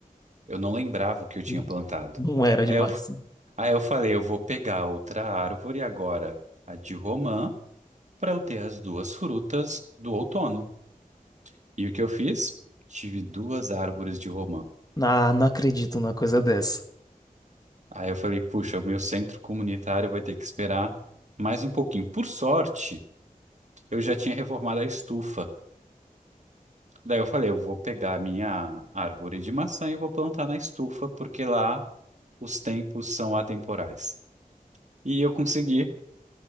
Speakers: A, on the right (about 55°); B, on the left (about 25°).
A: Eu não lembrava o que eu tinha
B: N-
A: plantado.
B: Não era
A: Aí
B: demais.
A: eu, aí eu falei, eu vou pegar outra árvore agora, a de romã, para eu ter as duas frutas do outono. E o que eu fiz? Tive duas árvores de romã.
B: Ah, não acredito numa coisa dessa.
A: Aí eu falei, puxa, o meu centro comunitário vai ter que esperar mais um pouquinho. Por sorte, eu já tinha reformado a estufa. Daí eu falei, eu vou pegar a minha árvore de maçã e vou plantar na estufa, porque lá os tempos são atemporais. E eu consegui